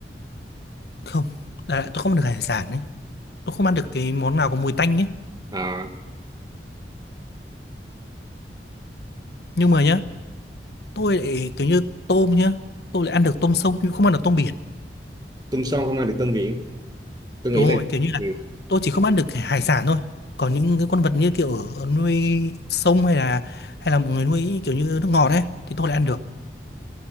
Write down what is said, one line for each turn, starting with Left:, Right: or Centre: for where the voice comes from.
Left: không là tôi không ăn được hải sản đấy tôi không ăn được cái món nào có mùi tanh ấy
Right: à,
Left: nhưng mà nhá tôi lại kiểu như tôm nhá tôi lại ăn được tôm sông nhưng không ăn được tôm biển
Right: tôm sông không ăn được tôm biển tôi
Left: đúng
Right: nghĩ
Left: rồi
Right: là
Left: kiểu như
Right: ừ.
Left: là tôi chỉ không ăn được cái hải sản thôi còn những cái con vật như kiểu ở nuôi sông hay là hay là một người nuôi kiểu như nước ngọt ấy thì tôi lại ăn được